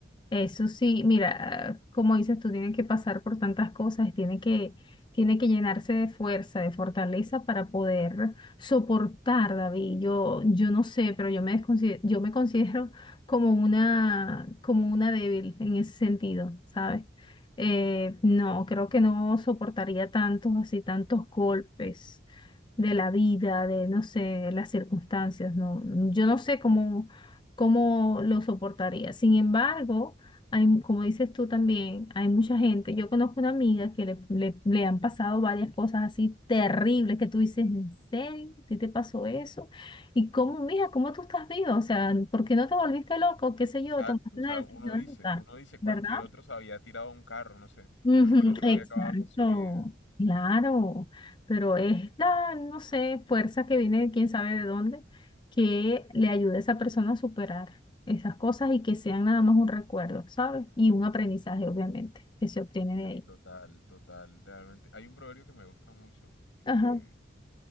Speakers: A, on the left (about 25°); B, on the left (about 85°).
A: Eso sí, mira, como dices tú, tiene que pasar por tantas cosas, tiene que, tiene que llenarse de fuerza, de fortaleza para poder soportar, David. Yo, yo no sé, pero yo me desconsi- yo me considero como una, como una débil en ese sentido, ¿sabes? Eh, no, creo que no soportaría tantos, así, tantos golpes de la vida, de, no sé, las circunstancias, no, yo no sé cómo, cómo lo soportaría. Sin embargo, hay, mu- como dices tú también, hay mucha gente. Yo conozco una amiga que le, le, le han pasado varias cosas así terribles que tú dices, ¿en serio? ¿A ti te pasó eso? ¿Y cómo, mija, cómo tú estás viva? O sea, ¿por qué no te volviste loco? ¿Qué sé
B: Exacto,
A: yo? Tomaste
B: o
A: una
B: sea,
A: decisión
B: uno dice,
A: loca,
B: uno dice, cualquier
A: ¿verdad?
B: otro se había tirado a un carro, no sé,
A: Ujú,
B: cualquier otro
A: Exacto,
B: había acabado con su vida.
A: claro, pero es la, no sé, fuerza que viene de quién sabe de dónde, que le ayude a esa persona a superar esas cosas y que sean nada más un recuerdo, ¿sabes? Y un aprendizaje, obviamente, que se obtiene
B: Sí,
A: de ahí.
B: total, total, realmente. Hay un proverbio que me gusta mucho, que
A: Ajá,